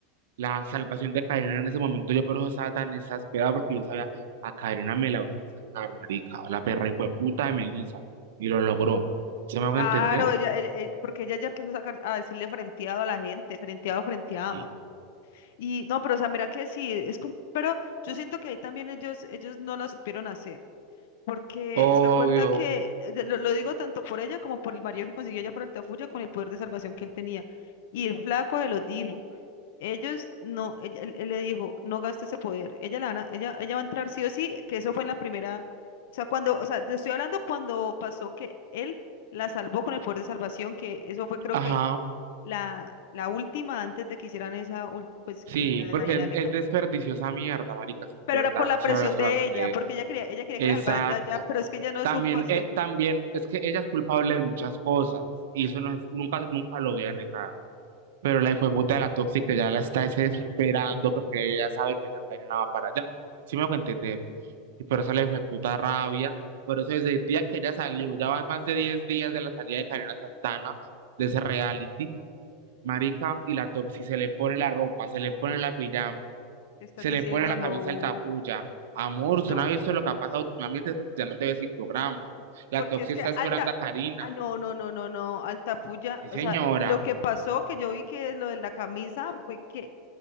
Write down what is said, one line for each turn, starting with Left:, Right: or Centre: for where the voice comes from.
Right: La salvación de Karina en ese momento, yo por eso estaba tan exasperado porque yo sabía, a Karina me la van a sacar, marica, la perra y puta de Melissa, y lo logró. ¿Se me van
Left: Claro,
Right: a entender?
Left: ella, ella- ella- porque ella ya empezó a, sacar, a decirle frenteado a la gente, frenteado, frenteado.
Right: Sí.
Left: Y no, pero o sea, mira que sí, es com- pero yo siento que ahí también ellos, ellos no la supieron hacer. Porque
Right: Obvio,
Left: se acuerda que, eh, de- lo, lo digo tanto por ella como por el marido que consiguió ella por Altafulla con el poder de salvación que él tenía. Y el flaco se los dijo. Ellos no, él, él- él le dijo, no gaste ese poder. Ella, la van a- ella, ella va a entrar sí o sí, que eso fue en la primera. O sea, cuando, o sea, te estoy hablando cuando pasó que él la salvó con el poder de salvación, que eso fue creo
Right: ajá,
Left: que la, la última antes de que hicieran esa, ul- pues,
Right: sí,
Left: que la,
Right: porque
Left: la dinámica.
Right: él, él desperdició esa mierda, marica, eso es
Left: Pero
Right: verdad,
Left: era por la
Right: esa
Left: presión
Right: era la salvación
Left: de ella,
Right: de
Left: porque
Right: ella.
Left: ella quería, ella quería
Right: Exacto.
Left: que la salvaran ya, ya, pero es que ella no
Right: También,
Left: supo hacer.
Right: eh, también es que ella es culpable de muchas cosas, y eso no es- nunca, nunca lo voy a negar. Pero la hijueputa de la tóxica ya la está desesperando porque ella sabe que ya Karina va para allá. Sí me hago entender. Y por eso la hijueputa rabia. Por eso desde el día que ella salió, ya van más de 10 días de la salida de Karina Santana, de ese reality, marica, y la toxi se le pone la ropa, se le pone la pijama,
Left: Estás
Right: se
Left: diciendo,
Right: le pone la
Left: no,
Right: camisa altafulla. Amor, usted
Left: no.
Right: no ha visto lo que ha pasado últimamente, es porque ya no te ves el programa. La
Left: Porque
Right: toxi
Left: es que
Right: está esperando
Left: Alta,
Right: a Karina.
Left: ah, no, no, no, no, no, Alta Fuya,
Right: Sí,
Left: o
Right: señora.
Left: sea, lo que pasó que yo vi que lo de la camisa fue que